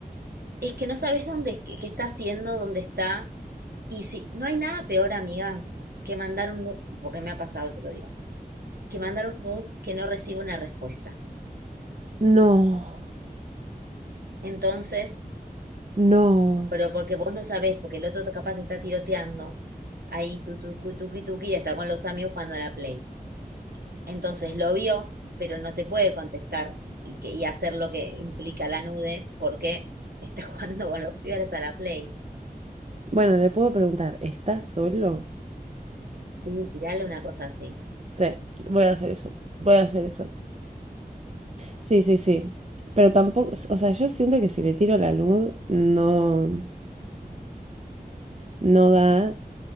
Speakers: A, on the right (about 80°); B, on the right (about 45°).
A: Es que no sabes dónde, qué, qué está haciendo, dónde está. Y si no hay nada peor, amiga, que mandar un nude, porque me ha pasado, te lo digo, que mandar un nude que no recibe una respuesta.
B: No,
A: Entonces,
B: no.
A: pero porque vos no sabés, porque el otro capaz está tiroteando, ahí tu tuqui tuqui tuqui, está con los amigos jugando a la Play. Entonces lo vio, pero no te puede contestar y, que, y hacer lo que implica la nude, porque está <laughs> jugando con los pibes a la Play.
B: Bueno, le puedo preguntar, ¿estás solo?
A: Sí, tirarle una cosa así.
B: Sí, voy a hacer eso. Voy a hacer eso. Sí, sí, sí. Pero tampoco, o sea, yo siento que si le tiro la luz, no, no da